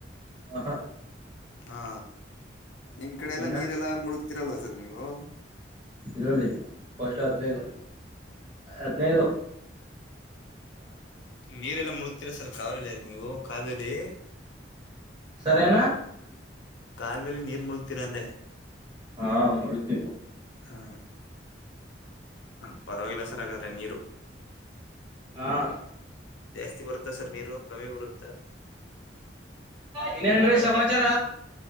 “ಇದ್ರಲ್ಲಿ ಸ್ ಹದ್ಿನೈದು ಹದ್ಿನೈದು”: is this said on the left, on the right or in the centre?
Right